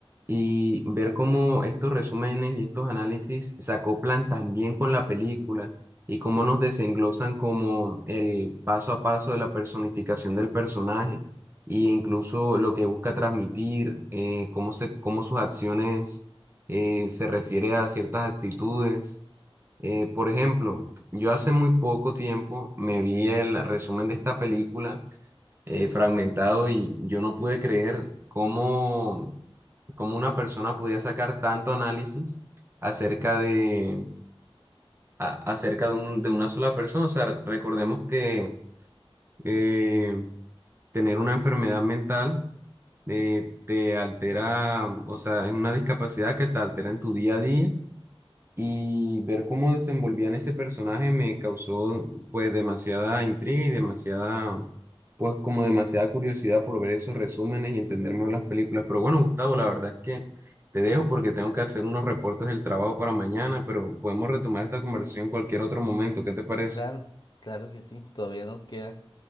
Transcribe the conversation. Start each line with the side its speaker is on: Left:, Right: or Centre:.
Right: y ver cómo estos resúmenes y estos análisis se acoplan también con la película. y cómo nos desenglosan como el paso a paso de la personificación del personaje e incluso lo que busca transmitir, eh, cómo se, cómo sus acciones eh, se refiere a ciertas actitudes. Eh, por ejemplo, yo hace muy poco tiempo me vi el resumen de esta película eh, fragmentado y yo no pude creer cómo, cómo una persona podía sacar tanto análisis acerca de, a- acerca de, un- de una sola persona. O sea, recordemos que eh, tener una enfermedad mental eh, te altera, o sea, es una discapacidad que te altera en tu día a día y ver cómo desenvolvían ese personaje me causó pues demasiada intriga y demasiada, pues como demasiada curiosidad por ver esos resúmenes y entender mejor las películas. Pero bueno, Gustavo, la verdad es que te dejo porque tengo que hacer unos reportes del trabajo para mañana, pero podemos retomar esta conversación en cualquier otro momento. ¿Qué te parece?
Left: Sí, claro, claro que sí, todavía nos queda.